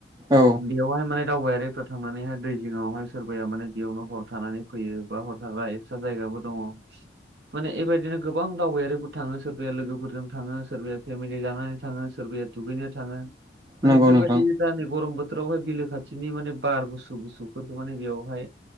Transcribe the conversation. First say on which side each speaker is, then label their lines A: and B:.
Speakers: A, on the right; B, on the right.
A: औ
B: बेवहाय माने दावबायारिफ्रा थांनानैहाय दै जिङावहाय सोरबाया माने बेयावनो हर थानानै फैयो बा हर थाग्रा एक्स सो जायगाबो दङ माने एबायदिनो गोबां दावबायारिफोर थाङो सोरबाया लोगोफोरजों थाङो सोरबाया फेमिलि लानानै थाङो सोरबाया दुगैनो थाङो माने
A: नंगौ
B: बेबायदि
A: नोंथां
B: दा नै गरम बोथ बोथोरावहाय बिलो खाथिनि माने बार गुसु गुसुफोर माने बेयावहाय